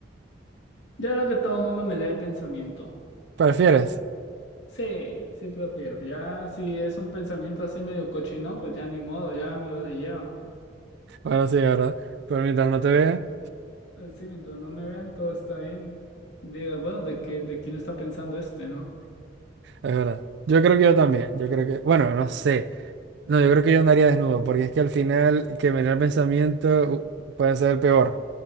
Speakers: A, on the left; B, on the right.
A: Yo creo que todo el mundo me lee el pensamiento.
B: ¿Prefieres?
A: Sí, sí prefiero. Ya si es un pensamiento así medio cochino, pues ya ni modo, ya me lo leyeron.
B: Bueno, sí, es ¿verdad? Pero mientras no te vean,
A: Sí, mientras no me vean, todo está bien. Diga, bueno, ¿de qué, de quién está pensando este, no?
B: es verdad. Yo creo que yo también. Yo creo que, bueno, no sé. No, yo creo que yo andaría desnudo porque es que al final que me lea el pensamiento uh, puede ser el peor,